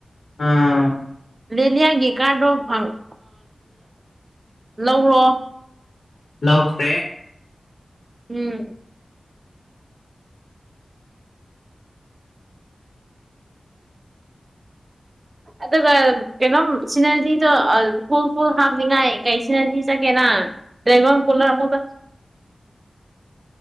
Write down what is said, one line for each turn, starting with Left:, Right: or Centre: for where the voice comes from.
Left: ꯑꯥ
Right: ꯂꯤꯦꯂꯤꯌꯥꯂꯤꯌꯥꯒꯤ ꯀꯥꯔꯗꯣ ꯂꯧꯔꯣ
Left: ꯂꯧꯈ꯭ꯔꯦ
Right: ꯎꯝ ꯑꯗꯨꯒ ꯀꯩꯅꯣꯝ ꯁꯤꯅꯖꯤꯗꯣ ꯐꯨꯜ ꯐꯨꯜ ꯍꯥꯞꯅꯤꯡꯉꯥꯏ ꯀꯩ ꯁꯤꯅꯖꯤ ꯆꯠꯀꯦꯅ ꯇꯦꯒꯣꯟ ꯀꯅ ꯑꯃꯗ
Left: <unintelligible>